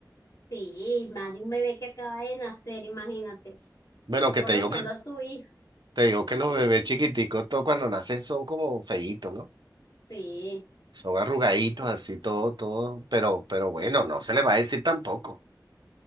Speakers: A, on the left; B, on the right.
A: Sí, más de un bebé que acaba de nacer, imagínate.
B: Bueno,
A: Y
B: que
A: conociendo
B: te digo que,
A: a tu hija.
B: te digo que los bebés chiquiticos, todo cuando nacen son como feitos, ¿no?
A: Sí.
B: Son arrugaditos, así, todo, todo. Pero, pero bueno, no se le va a decir tampoco.